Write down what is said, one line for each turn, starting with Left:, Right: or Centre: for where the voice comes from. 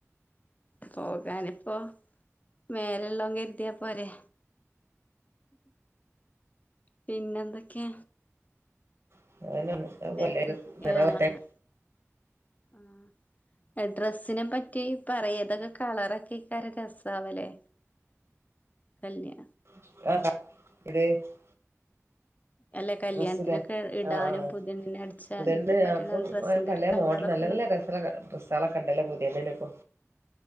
Left: പോകാനിപ്പോ മേലെ ഉള്ളോൻ കരുതിയ പോരെ? പിന്നെ എന്തൊക്കെ?
Right: <unintelligible>
Left: വേറെ ആഹ് ആഹ് ഡ്രസ്സ് ഡ്രസ്സ്‌നെ പറ്റി പറയാ ഇതൊക്കെ കാണാനേക്കാരം രെസാവലെ കല്ല്യ
Right: <unintelligible>
Left: അല്ല കല്യാണത്തിനൊക്കെ
Right: ഡ്രസ്സ്‌ ലെ
Left: ഇടാനും
Right: ആഹ് ആഹ് ആഹ്
Left: പുതിയണ്ണിനെ അടിച്ചാനൊക്കെ
Right: പുത്യേണ്ണ്
Left: പറ്റ്ണ
Right: ആപ്പോ
Left: ഡ്രസ്സിന്റെ
Right: പല
Left: ഒരു കളറൊക്കെ
Right: മോഡൽ നല്ല നല്ല
Left: ഒന്ന്
Right: ഡ്രസ്സ്‌കളൊക്കെണ്ടല്ലോ പുത്യേണ്ണിനിപ്പോ